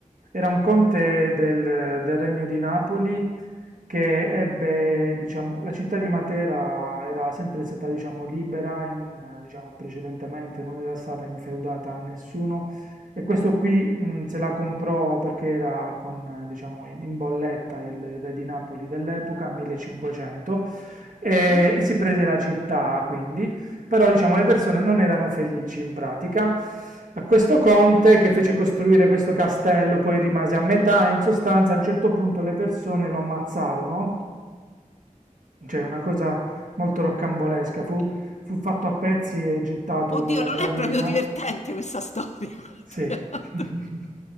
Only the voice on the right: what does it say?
Era un conte del, del Regno di Napoli che ebbe, diciamo, la città di Matera era sempre stata, diciamo, libera in, eh, diciamo, precedentemente, non era stata infeudata a nessuno e questo qui, mh, se la comprò perché era con, eh, diciamo, in, in bolletta il, il re di Napoli dell'epoca, 1500, e,
e si prese la città, quindi, però diciamo le persone non erano felici in pratica. A questo conte che fece costruire questo castello poi rimase a metà e in sostanza a un certo punto le persone lo ammazzarono. Cioè una cosa molto roccambolesca, fu, fu fatto a pezzi e gettato
dalla
gravina.
Sì.
<laughs>